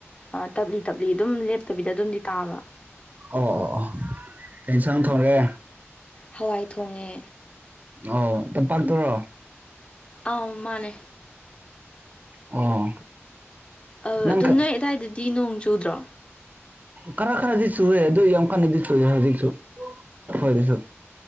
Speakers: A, on the left (about 25°); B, on the right (about 35°).
A: ꯑꯥ ꯇꯞꯂꯤ ꯇꯞꯂꯤ ꯑꯗꯨꯝ ꯂꯦꯞꯇꯕꯤꯗ ꯑꯗꯨꯝꯗꯤ ꯇꯥꯕ
B: ꯑꯣ ꯑꯣ ꯑꯣ ꯀꯩꯁꯥꯡ ꯊꯣꯡꯒꯦ
A: ꯍꯋꯥꯏ ꯊꯣꯡꯉꯦ
B: ꯑꯣ ꯇꯝꯄꯥꯛꯇꯔꯣ
A: ꯑꯥꯎ ꯃꯥꯟꯅꯦ
B: ꯑꯣ
A: ꯑꯥ
B: ꯅꯪ
A: ꯑꯗꯣ ꯅꯣꯏ ꯑꯗꯥꯏꯗꯗꯤ ꯅꯣꯡ ꯆꯨꯗ꯭ꯔꯣ
B: ꯈꯔ ꯈꯔꯗꯤ ꯆꯨꯔꯦ ꯑꯗꯨ ꯌꯥꯝ ꯀꯟꯅꯗꯤ ꯁꯨꯨꯗꯦ ꯍꯧꯖꯤꯛꯁꯨ ꯑꯩꯈꯣꯏꯒꯤꯁꯨ